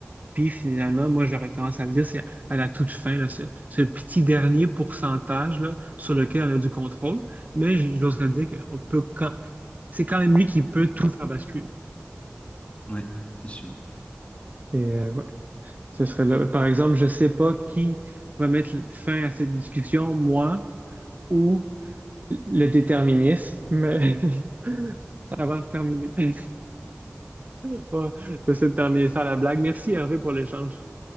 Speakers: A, on the right; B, on the left.
A: Puis finalement, moi, j'aurais tendance à dire, c'est à la toute fin, là, ce, ce petit dernier pourcentage là, sur lequel on a du contrôle. Mais j- j'oserais dire qu'on peut quand... c'est quand même lui qui peut tout faire basculer.
B: Ouais, c'est sûr.
A: Et euh, ouais, ce serait là. Par exemple, je ne sais pas qui va mettre fin à cette discussion, moi ou le déterminisme, mais <laughs> ça va se terminer. <laughs> Ouais, J'essaie de terminer ça à la blague. Merci Hervé pour l'échange.